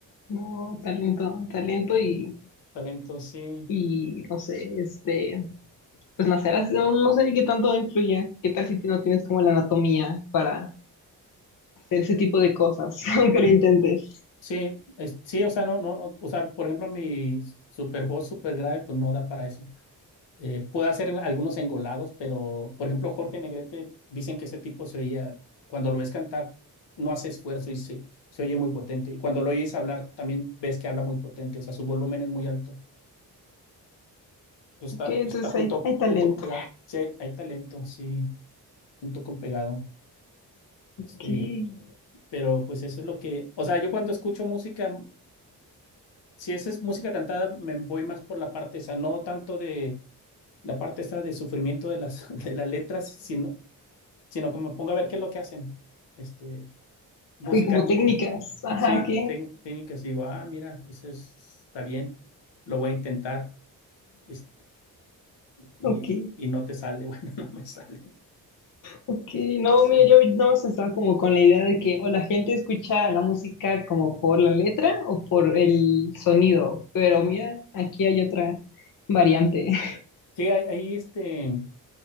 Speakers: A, on the left; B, on the left.
A: no, talento, talento y,
B: Talento, sí.
A: y no sé, este, pues nacer así, no, no sé qué tanto influye, qué tal si no tienes como la anatomía para hacer ese tipo de cosas, <laughs> aunque lo intentes.
B: Sí, es- sí, o sea, no, no, no, o sea, por ejemplo, mi super voz super grave, pues no da para eso. Eh, puedo hacer algunos engolados, pero, por ejemplo, Jorge Negrete, dicen que ese tipo se oía, cuando lo ves cantar, no hace esfuerzo y se, se oye muy potente. Y cuando lo oyes hablar, también ves que habla muy potente, o sea, su volumen es muy alto. Entonces,
A: Ok,
B: está,
A: entonces
B: está junto,
A: hay, hay talento.
B: junto con pegado. Sí, hay, hay talento, sí, junto con pegado.
A: Ok,
B: Este,
A: <laughs> y
B: pero pues eso es lo que, o sea, yo cuando escucho música si esa es música cantada, me voy más por la parte esa, no tanto de la parte esta de sufrimiento de las, <laughs> de las letras, sino, sino que me ponga a ver qué es lo que hacen, este, musicalmente.
A: como técnicas, ajá,
B: Sí,
A: ok,
B: tec- técnicas, digo, ah, mira, eso es- está bien, lo voy a intentar, este, y,
A: ok.
B: y no te sale, <laughs> bueno, no me sale.
A: Ok, no,
B: Sí,
A: mira, yo nada más estaba como con la idea de que o la gente escucha la música como por la letra o por el sonido, pero mira, aquí hay otra variante, <laughs>
B: sí, ahí, ahí, este,